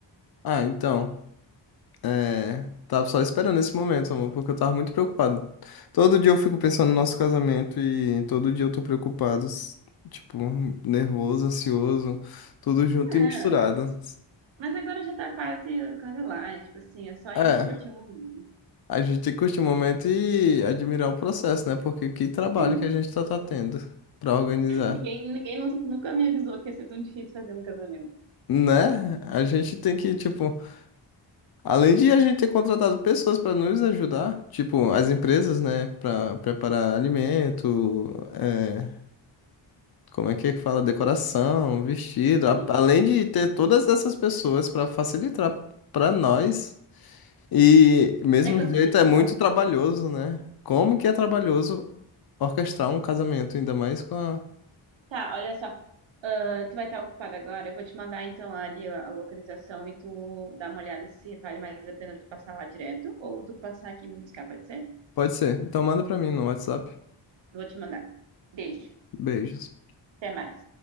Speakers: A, on the left; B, on the right.
A: Ah, então, é, tava só esperando esse momento, amor, porque eu tava muito preocupado. Todo dia eu fico pensando no nosso casamento e todo dia eu tô preocupado, s- tipo, nervoso, ansioso, tudo junto
B: Não,
A: e misturado.
B: mas agora já tá quase, quase lá. é Tipo assim, é só a
A: É.
B: gente curtir o momento.
A: A gente tem que curtir o momento e admirar o processo, né? Porque que trabalho
B: Sim.
A: que a gente tá, tá tendo pra organizar,
B: Ninguém, ninguém nu- nunca me avisou que ia ser tão difícil fazer um casamento.
A: né? A gente tem que, tipo, além de a gente ter contratado pessoas para nos ajudar, tipo, as empresas, né, para preparar alimento, é, como é que é que fala? Decoração, vestido, a-
B: Sim.
A: além de ter todas essas pessoas para facilitar para nós. E mesmo
B: É cansativo
A: jeito é
B: igual.
A: muito trabalhoso, né? Como que é trabalhoso orquestrar um casamento, ainda mais com a...
B: Tá, olha só. Ah, tu vai estar ocupada agora. Eu vou te mandar então ali a a localização e tu dá uma olhada se vale mais a pena tu passar lá direto ou tu passar aqui e me buscar, pode ser?
A: Pode ser. Então manda pra mim no WhatsApp.
B: Vou te mandar. Beijo.
A: Beijos.
B: Até mais.